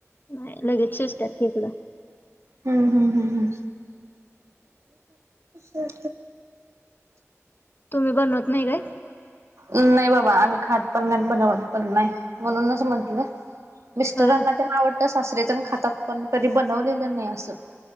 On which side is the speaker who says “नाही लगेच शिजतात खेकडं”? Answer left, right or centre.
Left